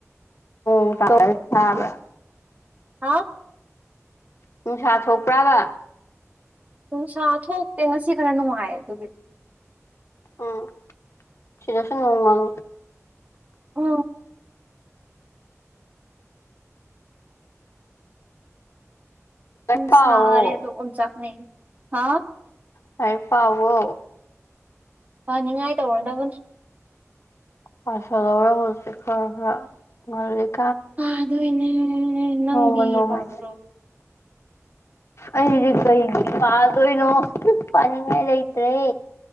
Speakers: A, on the left; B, on the right.
A: ꯎ ꯁꯥꯕ
B: ꯍꯥ
A: ꯅꯨꯡꯁꯥ ꯊꯣꯛꯄ꯭ꯔꯥꯕ
B: ꯅꯨꯡꯁꯥ ꯊꯣꯛꯇꯦ ꯉꯁꯤ ꯈꯔ ꯅꯨꯡꯉꯥꯏ ꯑꯗꯨꯒꯤ
A: ꯎꯝ ꯁꯤꯗꯁꯨ ꯅꯣꯡ ꯃꯥꯡꯉꯤ
B: ꯑ ꯎꯨꯝ
A: ꯄꯥꯎꯋꯣ
B: ꯁꯥꯔꯦ ꯑꯗꯣ ꯑꯣꯟꯖꯥꯛꯅꯦ ꯍꯥ
A: ꯀꯏ ꯄꯕꯣ
B: ꯐꯅꯤꯡꯉꯥꯏ ꯇꯧꯔꯗꯕꯅꯤ
A: ꯄꯁ ꯂꯧꯧꯔ ꯍꯁꯦ ꯈꯔ ꯈꯔꯔ
B: ꯑ ꯑꯗꯨꯅꯦ ꯅꯪꯗꯤ
A: ꯅꯣꯡꯃ ꯅꯣꯡꯃꯩ
B: ꯄꯥꯕ꯭ꯔꯣ
A: ꯑꯩꯗꯤ ꯀꯩ ꯄꯥꯗꯣꯏꯅꯣ ꯄꯥꯅꯤꯡꯉꯥꯏ ꯂꯩꯇ꯭ꯔꯦ